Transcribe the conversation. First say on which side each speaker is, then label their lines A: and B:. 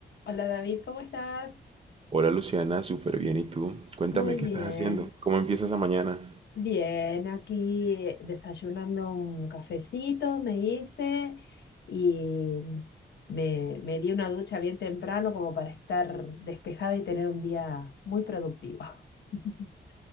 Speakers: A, on the left; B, on the right.
A: Hola David, ¿cómo estás?
B: Hola Luciana, súper bien. ¿Y tú? Cuéntame,
A: Muy
B: ¿qué
A: bien,
B: estás haciendo? ¿Cómo empieza esa mañana?
A: bien, aquí eh, desayunando un cafecito me hice y me, me di una ducha bien temprano como para estar despejada y tener un día muy productivo. <laughs>